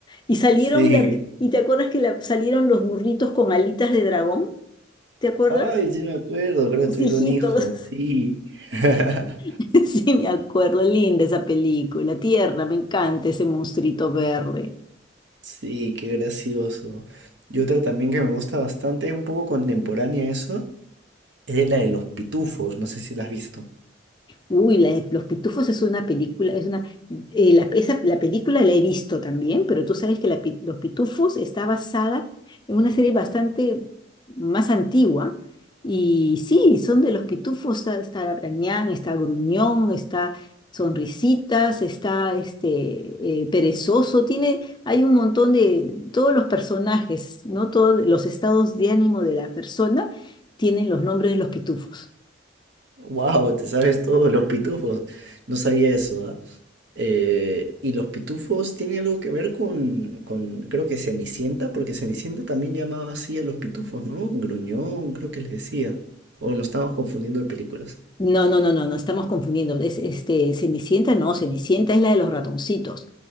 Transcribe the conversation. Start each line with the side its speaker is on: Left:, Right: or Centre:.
Left: Y salieron,
Right: Sí.
Left: de- ¿y te acuerdas que la- salieron los burritos con alitas de dragón? ¿Te acuerdas?
Right: Ay, sí me acuerdo, creo que
Left: Sus
Right: tuvieron
Left: hijitos.
Right: hijos, sí. <laughs>
Left: <laughs> Sí, me acuerdo, linda esa película, tierna, me encanta ese monstruito verde.
Right: Sí, qué gracioso. Y otra también que me gusta bastante, un poco contemporánea a eso, es la de los pitufos, no sé si la has visto.
Left: Uy, la Los Pitufos es una película, es una, eh, la, esa- la película la he visto también, pero tú sabes que la pi- Los Pitufos está basada en una serie bastante más antigua. Y sí, son de los pitufos, está, está Gargañán, está Gruñón, está Sonrisitas, está este eh, Perezoso, tiene, hay un montón de, todos los personajes, ¿no? Todos los estados de ánimo de la persona tienen los nombres de los pitufos.
Right: Wow, te sabes todo los pitufos. No sabía eso, ¿ah? Eh, y los pitufos tiene algo que ver con, con, creo que Cenicienta, porque Cenicienta también llamaba así a los pitufos, ¿no? Gruñón, creo que les decía. O nos estamos confundiendo de películas.
Left: No, no, no, no, no estamos confundiendo. Es, este, Cenicienta, no, Cenicienta es la de los ratoncitos.